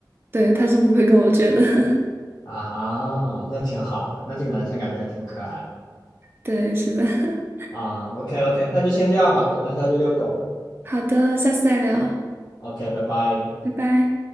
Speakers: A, on the right (about 30°); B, on the left (about 60°).
A: 对，他是不会跟我倔的。<laughs>
B: 啊，那挺好的，那这个男生感觉还挺可爱
A: 对，是的。<laughs>
B: 啊。OK OK，那就先这样吧，我可能下去遛狗了。
A: 好的，下次再聊，
B: OK，拜拜。
A: 拜拜。